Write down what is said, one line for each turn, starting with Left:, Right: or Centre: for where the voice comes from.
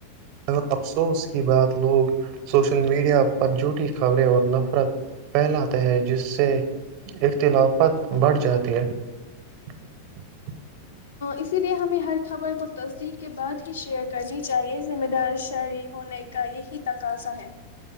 Right: اگر افسوس کی بات لوگ سوشل میڈیا پر جھوٹی خبریں اور نفرت پھیلاتے ہیں جس سے اختلافت بڑھ جاتی ہے <unintelligible>
Left: اسی لیے ہمیں ہر خبر کو تصدیق کے بعد ہی <unintelligible> شیئر کرنی چاہیے ذمہ دار <unintelligible> شہری ہونے کا یہی تقاضا ہے